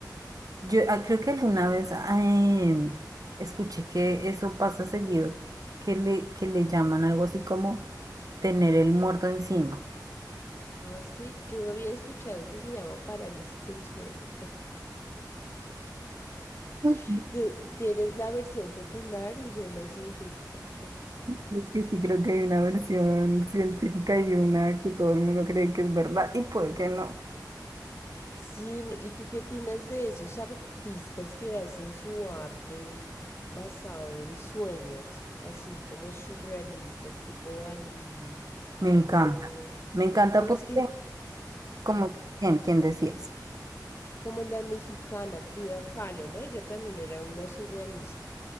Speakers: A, on the right (about 55°); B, on the left (about 35°).
A: Yo ah, creo que alguna vez eh, escuché que eso pasa seguido, que le, que le llaman algo así como tener el muerto encima.
B: Ah, sí, yo había escuchado que se llama parálisis del sueño. <laughs>
A: Ujú.
B: De- de- Eres la versión popular y yo la científica.
A: Creo que Sí, creo que hay una versión científica y una que todo el mundo cree que es verdad y puede que no.
B: Sí, n- ¿y tú qué opinas de esos artistas que hacen su arte basado en sueños, así como surrealistas, tipo Dalí
A: Me encanta.
B: o
A: Me encanta
B: ¿cómo
A: porque,
B: es que?
A: como,
B: Ajá,
A: ¿quién, quién decías?
B: como la mexicana Frida Kahlo, ¿no? Ella también era una surrealista.